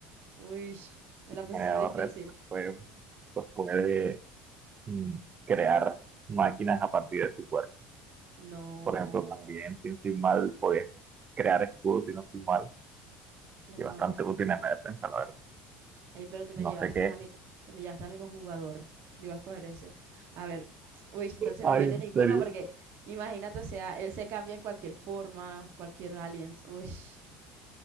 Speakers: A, on the right; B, on the right.
A: uy, me
B: Y
A: la pusiste
B: Generador
A: difícil.
B: Red pues, pues, pues puede Mm, crear mm, máquinas a partir de su cuerpo.
A: No,
B: Por ejemplo, también, si no estoy mal, podías crear escudos, si no estoy mal,
A: claro.
B: y bastante útil en la defensa, la verdad.
A: Ey, pero te me llevaste
B: No sé qué.
A: a mi, te me llevaste a mi conjugador. Yo iba a escoger ese. A ver, <tsk> uy, no se
B: Ay,
A: me mete
B: en
A: ninguno
B: serio.
A: porque imagínate, o sea, él se cambia en cualquier forma, cualquier aliens. Uy, estoy